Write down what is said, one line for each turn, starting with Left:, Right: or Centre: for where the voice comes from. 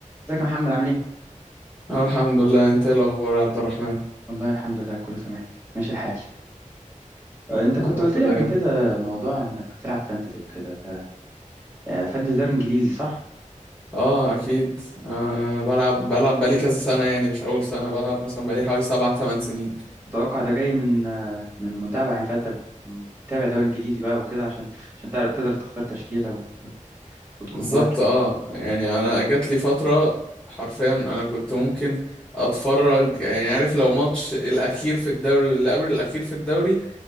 Right: ازيك يا محمد عامل ايه؟
Centre: اه الحمد لله انت ايه الاخبار يا عبد الرحمن
Right: والله الحمد لله كله تمام ماشي الحال آه، انت
Centre: يا
Right: كنت
Centre: رب
Right: قلت لي
Centre: دايما
Right: قبل كده موضوع انك بتلعب فانتزي وكده ده آه، فانتزي دوري انجليزي صح؟
Centre: اه اكيد آه بلعب بلعب بقالي كذا سنه يعني مش اول سنه بلعب مثلا بقالي حوالي سبع تمن سنين
Right: اتوقع ده جاي من آه، من متابعة يعني فانت بتتابع دوري انجليزي بقى وكده عشان عشان تعر- تقدر تختار تشكيلة و- وتكون
Centre: بالظبط
Right: مواكب
Centre: اه يعني انا جات لي فتره حرفيا انا كنت ممكن اتفرج يعني عارف لو ماتش الاخير في الدوري واللي قبل الاخير في الدوري